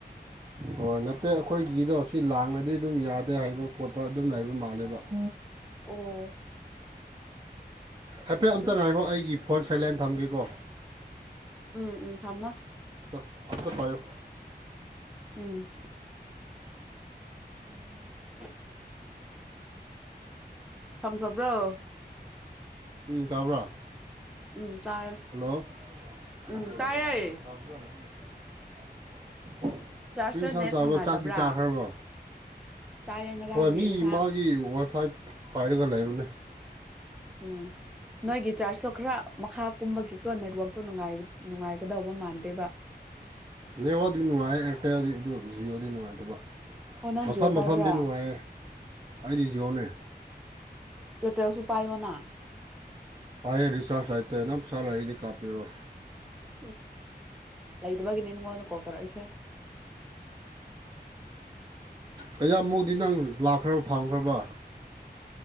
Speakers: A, on the right; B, in the centre.
A: ꯑꯣꯣꯏ ꯅꯠꯇꯦ ꯑꯩꯈꯣꯏꯒꯤꯗꯣ ꯁꯤ ꯂꯥꯡꯉꯗꯤ ꯑꯗꯨꯝ ꯌꯥꯗꯦ ꯍꯥꯏꯕ ꯈꯣꯠꯄ ꯑꯗꯨꯝ ꯂꯩꯕ ꯃꯥꯜꯂꯦꯕ ꯍꯥꯞ
B: ꯑꯣ
A: ꯍꯥꯏꯐꯦꯠ
B: ꯑꯗꯨꯝ
A: ꯑꯝꯇ ꯉꯥꯏꯍꯣ ꯑꯩꯒꯤ ꯐꯣꯟ ꯁꯥꯏꯂꯥꯏꯦꯟ ꯊꯝꯒꯦ ꯀꯣ
B: ꯎꯝ ꯎꯝ ꯊꯃ
A: ꯑꯗꯨꯠꯇ ꯄꯣ
B: ꯎꯝ ꯑ ꯁꯝꯂꯕ꯭ꯔꯣ
A: ꯎꯝ ꯇꯕ꯭ꯔꯥ
B: ꯎꯝ ꯇꯥꯏ
A: ꯍꯜꯂꯣ <unintelligible>
B: ꯎꯝ ꯇꯥꯏꯌꯦ ꯆꯥꯔꯖꯇ
A: ꯀꯔꯤꯁꯥꯡ
B: ꯅꯦꯠ
A: ꯆꯥꯎꯥꯔꯕ꯭ꯔꯣ
B: ꯅꯨꯡꯉꯥꯏꯇꯕ꯭ꯔꯥ
A: ꯆꯥꯛꯇꯤ ꯆꯥꯈ꯭ꯔꯕꯣ
B: ꯆꯥꯏꯌꯦ ꯉꯔꯥꯡꯒꯤ
A: ꯍꯣꯏ ꯃꯤ
B: ꯏꯟꯁꯥꯡ
A: ꯃꯥꯒꯤ ꯋꯥꯏ ꯐꯥꯏ ꯄꯥꯏꯔ ꯀ ꯂꯩ ꫪ‌ꯣꯅꯦ
B: ꯑꯪ ꯅꯣꯏꯒꯤ ꯆꯥꯔꯁ ꯈꯔ ꯃꯈꯥ ꯀꯨꯝꯕꯒꯤꯀꯣ ꯅꯦꯠꯋꯥꯛꯇꯣ ꯅꯨꯡꯉꯥꯏ ꯅꯨꯡꯉꯥꯏꯒꯗꯧꯕ ꯃꯥꯟꯗꯦꯕ
A: ꯅ‌ꯦꯋꯥꯛ ꯅꯨꯡ ꯏꯇ ꯑꯗꯨ ꯖꯤꯑꯣꯗꯤ ꯅꯨꯡꯉꯥꯏꯇꯕ
B: ꯑꯣ ꯅꯪ
A: ꯃꯐꯝ
B: ꯖꯤꯑꯣ ꯄꯥꯏꯕ꯭ꯔꯥ
A: ꯃꯐꯝꯗꯤ ꯅꯨꯡꯉꯥꯏꯌꯦ ꯑꯩꯗꯤ ꯖꯤꯣꯟꯅꯦ
B: ꯄꯇꯔꯁꯨ ꯄꯥꯏꯌꯣꯅ
A: ꯐꯥꯥꯏꯦ ꯔꯔꯤꯁꯥꯖ ꯍꯂꯩꯏꯦ ꯅꯪꯅꯄꯩꯁꯥ ꯂꯩꯔꯗꯤ ꯀ ꯄꯤꯔꯣ
B: ꯎꯝ ꯂꯩꯗꯕꯒꯤꯅꯦꯉꯣꯟꯗ ꯀꯥꯎ ꯇꯔꯛꯏꯁꯦ
A: ꯀꯌꯥꯃꯨꯛꯗꯤ ꯅꯪ ꯂꯥꯛꯈ꯭ꯔꯕ ꯐꯪꯈ꯭ꯔꯕ